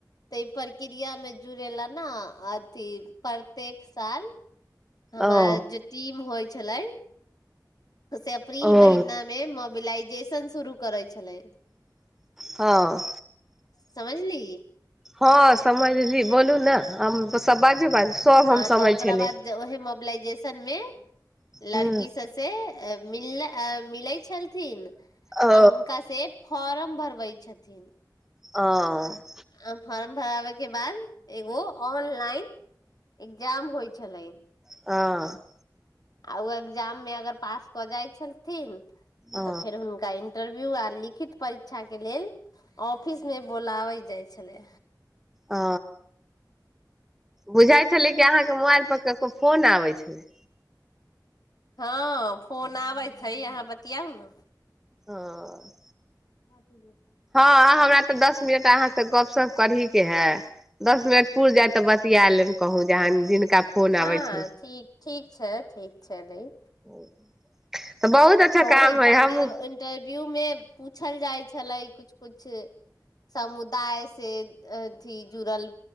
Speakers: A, on the left (about 60°); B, in the centre.
A: ता ई प्रक्रियामे जुड़ै ला ने अथी प्रत्येक साल हमार
B: ओ
A: जे टीम होइ छलै उ से अप्रैल
B: ओ
A: महिनामे मोबिलाइजेशन शुरू करै छलै
B: हँ
A: समझली
B: हँ समझली बोलू ने सब बाजू बाजू सब हम
A: आ
B: समझ
A: तऽ ओकरा
B: छलै
A: बाद ओहिमे मोबिलइजेशन मे लड़की
B: हूँ
A: सब से मिल ला मिलै छलथिन आ
B: ओ
A: हुनका से फॉर्म भरबै छथिन
B: हँ
A: आ फॉर्म भराबे के बाद एगो ऑनलाइन एकग्जाम होइ छलै
B: हँ
A: आ ओ एकग्जाम मे अगर पास कऽ जाइत छलथिन
B: ओ
A: तऽ फेर हुनका इंटरव्यू आर लिखित परीक्षा के लेल ऑफिस मे बोलाबे जाय छलै
B: ओ बुझाइ छलै अहाँ के मोबाइल पर केकरो फोन आबे छलै
A: हँ फोन आबैत हइ अहाँ बतियाउ ने
B: हँ
A: हँ ठीके <inaudible>
B: हँ हमरा त दस मिनट अहाँ से गप सप करही के है दस मिनट पुर जाय तऽ बतिया लेम कहूँ जहाँ जिनका फोन
A: हँ
B: आबै छलखिन
A: ठीक ठीक छै ठीक छै बय
B: <unintelligible> अच्छा
A: तऽ ओहे
B: काम हइ
A: पर
B: हमहूँ
A: के इंटरव्यू मे पूछल जाय छलै कुछ कुछ समुदाय से अथी जुड़ल